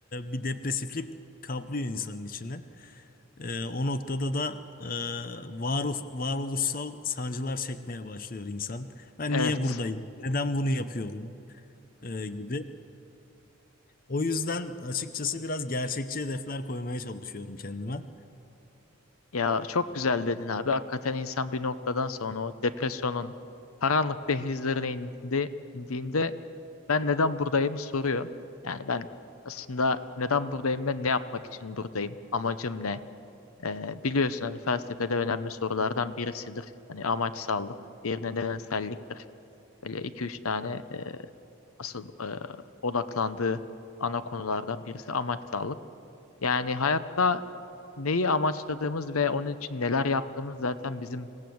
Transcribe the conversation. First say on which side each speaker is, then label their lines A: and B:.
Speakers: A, on the left; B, on the left.
A: bir depresiflik kaplıyor insanın içine. Ee, o noktada da e, varoluş, varoluşsal sancılar çekmeye başlıyor insan. Ben
B: Evet.
A: niye buradayım? Neden bunu yapıyorum? Ee, gibi. O yüzden açıkçası biraz gerçekçi hedefler koymaya çalışıyorum kendime.
B: Ya çok güzel dedin abi. Hakikaten insan bir noktadan sonra o depresyonun karanlık dehlizlerine indi, indiğinde ben neden buradayım soruyor. Yani ben aslında neden buradayım ben ne yapmak için buradayım? Amacım ne? Ee, biliyorsun hani felsefede önemli sorulardan birisidir. Hani amaçsallık, bir nedenselliktir. Böyle iki üç tane e, asıl e, odaklandığı ana konulardan birisi amaçsallık. Yani hayatta neyi amaçladığımız ve onun için neler yaptığımız zaten bizim